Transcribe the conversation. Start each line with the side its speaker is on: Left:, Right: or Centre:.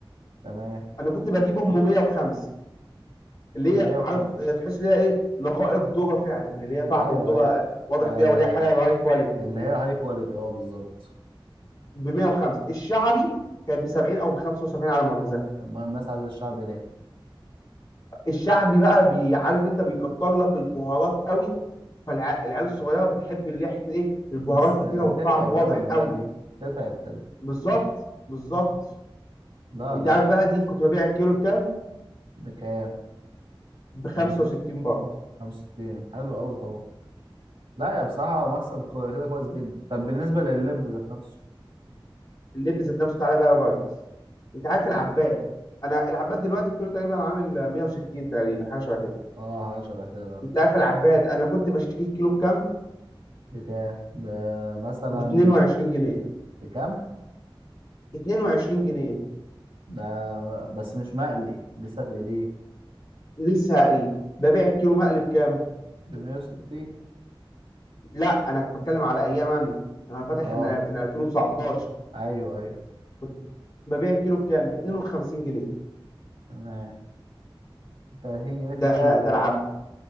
Right: تمام
Left: انا كنت بجيبه ب 105 اللي
Right: ب 105
Left: هي عارف هي تحس ان هي ايه نقائق ذره فعلا اللي هي طعم
Right: ايوه
Left: الذره
Right: ايوه
Left: آه، واضح
Right: آه
Left: فيها واللي هي حاجه هاي كواليتي
Right: اللي هي هاي كواليتي اه بالظبط
Left: ب 105 الشعبي كانت ب 70 او ب 75 على ما اتذكر
Right: اما الناس عايزه الشعب ليه
Left: الشعبي بقى بي- عارف انت بيكتر لك البهارات قوي فالعيال الصغيره بتحب اللي هي حته ايه البهارات
Right: بس
Left: كتيره
Right: آه
Left: والطعم
Right: تتعب
Left: واضح
Right: اول بتاع
Left: قوي
Right: دي تتعب كده
Left: بالظبط بالظبط
Right: لا
Left: انت
Right: لا
Left: عارف بقى
Right: بالعكس
Left: دي كنت ببيع الكيلو بكام
Right: بكام
Left: ب 65
Right: 50
Left: برضه
Right: 65 حلو قوي طبعا لا يا بصراحة مكسب كو- كده كويس جدا طب بالنسبة لللب ذات نفسه
Left: اللب ذات نفسه تعالى بقى يا ريس انت عارف العباد انا العباد دلوقتي الكيلو تقريبا عامل 160 تقريبا حاجه شبه كده
Right: اه حاجة شبه كده بقى
Left: انت عارف العباد انا كنت بشتري الكيلو بكام
Right: بكام ب- مثلا
Left: ب 22 جنيه
Right: بكام
Left: 22 جنيه
Right: ده بس مش مقلي لسه تقليه
Left: لسه هقريه ببيع الكيلو مقلي بكام؟
Right: ب 160
Left: لا انا بتكلم على ايام انا انا فاتح
Right: اه
Left: م- آه، في 2019
Right: ايوه ايوه
Left: كنت ببيع الكيلو بكام؟ ب 52 جنيه
Right: تمام 30 جنيه
Left: ده
Right: في الكيلو
Left: ده
Right: يعني
Left: العب